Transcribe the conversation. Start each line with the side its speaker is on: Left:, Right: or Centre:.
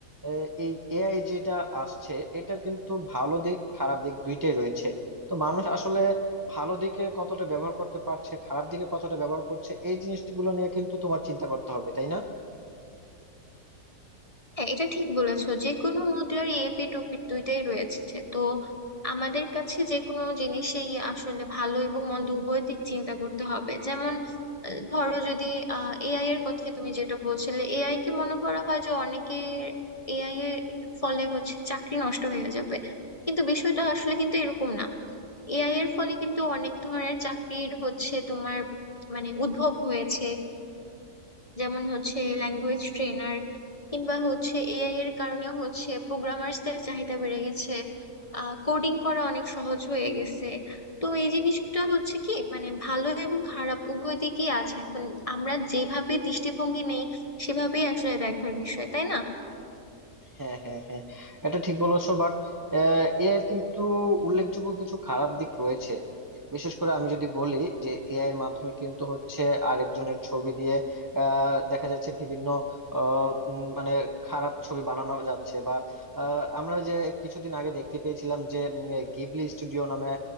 Right: আহ, এই এআই যেটা আসছে এটা কিন্তু ভালো দিক খারাপ দিক দুইটাই রয়েছে তো মানুষ আসলে ভালো দিকে কতটা ব্যবহার করতে পারছে খারাপ দিকে কতটা ব্যবহার করছে এই জিনিসগুলো নিয়ে কিন্তু তোমার চিন্তা করতে হবে তাই না
Left: হ্যাঁ এটা ঠিক বলেছো যে কোনো মুদ্রারই এপিঠ ওপিঠ দুইটাই রয়েছে তো আমাদের কাছে যে কোনো জিনিসেই আসলে ভালো এবং মন্দ উভয় দিক চিন্তা করতে হবে যেমন আহ, ধরো যদি এআই এর কথা তুমি যেটা বলছিলে এআই কে মনে করা হয় যে অনেকে এআই এর ফলে হচ্ছে চাকরি নষ্ট হয়ে যাবে কিন্তু বিষয়টা আসলে কিন্তু এরকম না এআই এর ফলে কিন্তু অনেক ধরনের চাকরির হচ্ছে তোমার মানে উদ্ভব হয়েছে যেমন হচ্ছে ল্যাঙ্গুয়েজ ট্রেনার কিংবা হচ্ছে এআই এর কারণে হচ্ছে প্রোগ্রামার্সদের চাহিদা বেড়ে গেছে কোডিং করা অনেক সহজ হয়ে গেছে তো এই জিনিসটা হচ্ছে কি মানে ভালো এবং খারাপ উভয় দিকেই আছে এখন আমরা যেভাবে দৃষ্টিভঙ্গি নেই সেভাবেই আসলে দেখার বিষয় তাই না
Right: হ্যাঁ হ্যাঁ হ্যাঁ এটা ঠিক বলেছো বাট এআই এর কিন্তু উল্লেখযোগ্য কিছু খারাপ দিক রয়েছে বিশেষ করে আমি যদি বলি যে এআই এর মাধ্যমে কিন্তু হচ্ছে আরেকজনের ছবি দিয়ে আহ, দেখা যাচ্ছে বিভিন্ন আহ, উম, মানে খারাপ ছবি বানানো যাচ্ছে বা আহ, আমরা যে কিছুদিন আগে দেখতে পেয়েছিলাম যে উম, গিবলি স্টুডিও নামে